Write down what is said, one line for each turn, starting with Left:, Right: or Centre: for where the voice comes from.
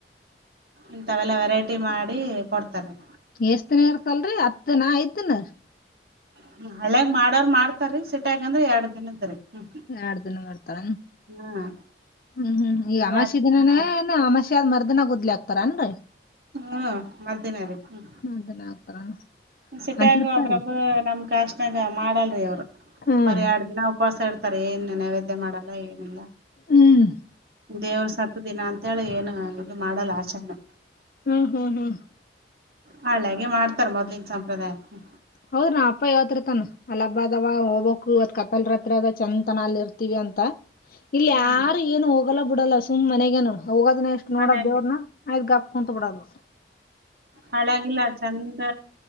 Right: ಇಂತವೆಲ್ಲ ವೆರೈಟಿ ಮಾಡಿ ಕೊಡ್ತಾರೀ‌
Left: ಎಏಷ್ಟ್ ದಿನ ಇರ್ಕಲ್ರರಿ ಹತ್ತ್ ದಿನ ಐದ್ ದಿನ ರೀ
Right: ಹ್ಮ ಅಲ್ಯಗ್ ಮಾಡೋರ್ ಮಾಡ್ತಾರೀ ಸಿಟ್ಟ್ಯಾಗಂದ್ರ ಎರಡ್ ದಿನದ್ರೀ. ಹ್ಮ್
Left: ಎರಡ್ ದಿನ ಮಾಡ್ತಾರ
Right: ಹಾ
Left: ಹ್ಮ್ ಹ್ಮ್ ಈ ಅಮಾಸಿ
Right: ಎರಡ್
Left: ದಿನಾನೇ
Right: ದಿನ
Left: ಏನ್ ಅಮಸಿ ಯ ಮರ್ದನಾಗ್ಗುದ್ಲಿ ಆಗ್ತ್ರೆನ್ರ
Right: ಹ್ಮ್ ಮರ್ದನ ರೀ ಹ್ಮ್
Left: <unintelligible>
Right: ಸಿಟೆಗ
Left: ಅಂತಿರ್ತಾರಿ
Right: ಒಬ್ರಬ್ ನಮ್ ಕಾಸ್ನಾಗ ಮಾಡಲ್ರಿ ಅವರು
Left: ಹ್ಮ್
Right: ಬರಿ ಎರಡ್ ದಿನ. ಉಪವಾಸ ಇಡ್ತಾರೆ ಏನ್ ನೈವೇದ್ಯ ಮಾಡಲ್ಲ ಏನಿಲ್ಲ
Left: ಹ್ಮ್
Right: ದೇವ್ರ ಸತ್ತ ದಿನ ಅಂತಾ. ಅಂತೇಳಿ ಏನು ಇದು ಮಾಡಲ್ಲ ಆಚೆನೆ.
Left: ಹ್ಮ್ ಹ್ಮ್ ಹ್ಮ್.
Right: ಹಳ್ಳಾಗೆ ಮಾಡ್ತಾರ ಮೊದ್ಲು ಇನ್ನ ಸಂಪ್ರದಾಯಕ್ಕೆ.
Left: ಹೌದು ನಾ ಅಪ್ಪ ಯಾವತತ್ರ ತಾನಾ ಅಲ್ಲ ಹಬ್ಬದಾವ ಹೋಗ್ಬೇಕಕ್ ಇವತ್ತು ಕತ್ತಲ ರಾತ್ರಿ ಅದ್ ಚಂದ್ ತನ ಅಲ್ ಇರ್ತೀವಿ ಅಂತಾ ಇಲ್ಲಿ
Right: ಹ್ಮ್
Left: ಯಾರು ಏನು ಹೋಗಲ್ಲ ಬಿಡಲ್ಲ ಸುಮ್ಮ್ ಮನೆಗನು ಹೋಗೋದ್. ಎಷ್ಟು ನೋಡೋ
Right: ಮನ್ಯಾಗೆ
Left: ದೇವ್ರನ ಆಯ್ ಗಾಪ್ ಕುಂತ ಬಿಡೋದ್.
Right: ಹಳ್ಳಿಗೆ ಎಲ್ಲಾ ಚಂದ್